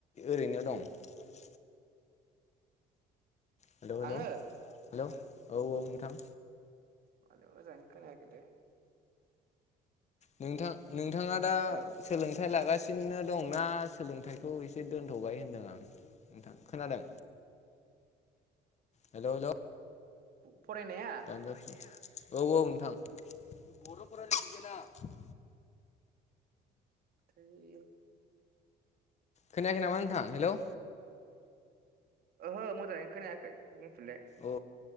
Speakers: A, on the left; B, on the right.
A: ओरैनो दं। आरो। हेलौ हेलौ
B: आङो
A: हेलौ औ औ नोंथां।
B: बांद्राय मोजांङै खोनायाखैलै।
A: नोंथां नोंथाङा दा।
B: हेलौ
A: सोलोंथाइ लागासिनो दंना सोलोंथाइखौ एसे दोनथ'बाय होनदों आं। नोंथां खोनादों हेलौ हेलौ
B: फरायनाया।
A: औ औ नोंथां
B: थैय
A: खोनायाखै नामा नोंथां हेलौ।
B: ओहो मोजाङै खोनायाखै बुंफिनलाय।
A: औ